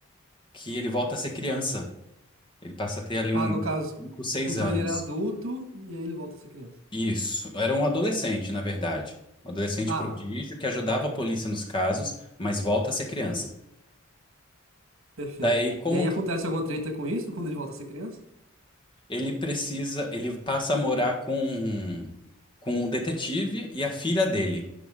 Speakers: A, on the left; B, on the right.
A: que ele volta a ser criança. Ele passa a ter ali uns
B: Ah, no caso,
A: 5, 6
B: então
A: anos.
B: ele era adulto e aí ele volta a ser criança.
A: Isso. Era um adolescente, na verdade. Um adolescente
B: Ah,
A: prodígio que ajudava a polícia nos casos, mas volta a ser criança.
B: perfeito.
A: Daí, como
B: E aí acontece
A: que
B: alguma treta com isso quando ele volta a ser criança?
A: ele precisa, ele passa a morar com, um, com um detetive e a filha dele.